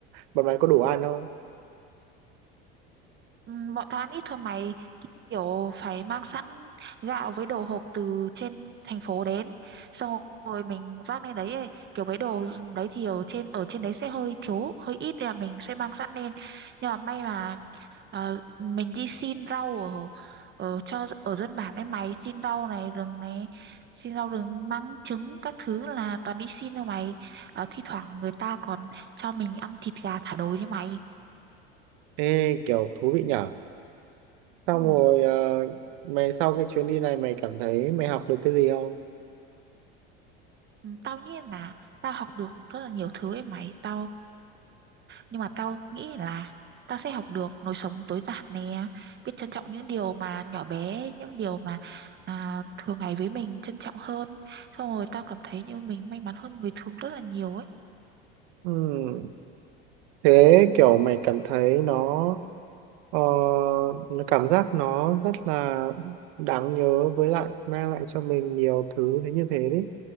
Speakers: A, on the right; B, on the right.
A: bọn mày có đủ ăn không
B: Ừ, bọn tao ăn ít thôi mày kiểu phải mang sẵn gạo với đồ hộp từ trên thành phố đến xong rồi mình vác lên đấy ấy. kiểu mấy đồ đấy thì ở trên ở trên đấy sẽ hơi thiếu hơi ít nên là mình sẽ mang sẵn lên nhưng mà may mà ờ, mình đi xin rau ở ở cho ở dân bản ấy mày xin rau này rừng này xin rau rừng măng trứng các thứ là toàn đi xin thôi mày Ờ, thi thoảng người ta còn cho mình ăn thịt gà thả đồi đấy mày
A: ê kiểu thú vị nhở xong
B: Ừ,
A: rồi ờ, mày sau cái chuyến đi này mày cảm thấy mày học được cái gì không
B: Ừ, tao nghĩ là tao học được rất là nhiều thứ ấy mày tao nhưng mà tao nghĩ là tao sẽ học được lối sống tối giản nè biết trân trọng những điều mà nhỏ bé những điều mà à, thường ngày với mình trân trọng hơn xong rồi tao cảm thấy như mình may mắn hơn người thường rất là nhiều ấy
A: ừ thế kiểu mày cảm thấy nó Ờ, nó cảm giác nó rất là đáng nhớ với lại mang lại cho mình nhiều thứ thế như thế đấy